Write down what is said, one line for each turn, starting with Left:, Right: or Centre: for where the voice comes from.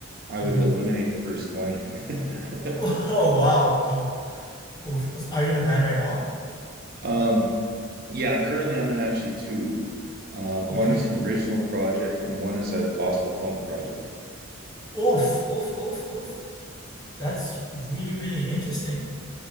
Right: I would
Left: Mhm.
Right: eliminate the first 20. <laughs>
Left: <laughs> Oh wow, wow. Oof. Are you in a band right now?
Right: Um, yeah, currently I'm in actually two. Uh, one
Left: Okay.
Right: is an original project and one is a gospel funk project.
Left: Oof, oof, oof, oof. That's really, really interesting.